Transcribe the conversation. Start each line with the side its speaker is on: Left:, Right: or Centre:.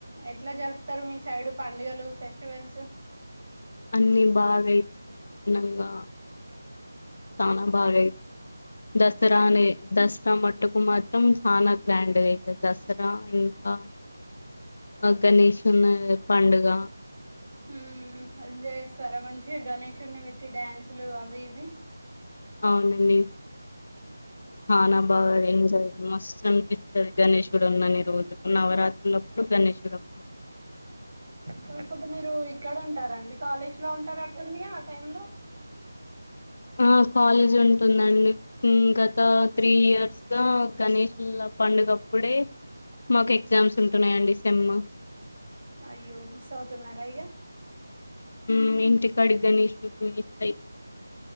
Right: ఎట్లా జరుపుతారు మీ సైడ్ పండుగలు ఫెస్టివల్స్
Left: అన్ని బాగైతాయి నిదనంగా చానా భాగయి దసరానే
Right: ఉమ్,
Left: దసరా మ అటుకు మాత్రం చనా గ్రాండ్ గయితది దసరా ఇంకా ఆ గణేష్న్ పండుగ
Right: మ్ ఎంజాయ్ చేస్తారా మంచిగా గణేషుడిని పెట్టి డ్యాన్సులు అవి ఇవి
Left: అవునండి హానా బాగా ఎంజాయ మస్త శ్రపిస్తది గణేషుడున్నని రోజులు నవరాత్రులప్పుడు గణేషుడుప్పుడు
Right: కాకపోతే మీరు ఇక్కడ ఉంటారా అండి కాలేజ్ లో ఉంటార అటుందిగా ఆ టైమ్ లో
Left: ఆ కాలేజ్ ఉంటుందండి మ్ గత త్రీ ఇయర్స్ గా గణేష్ ప ఇంగ అప్పుడే మాకు ఎగ్జామ్స్ ఉంటున్నాయండి సెమ్
Right: అయ్యో మిస్ అవుతున్నారా ఇగ
Left: మ్ ఇంటి కాడి గణేశుని పూజిస్తాయ్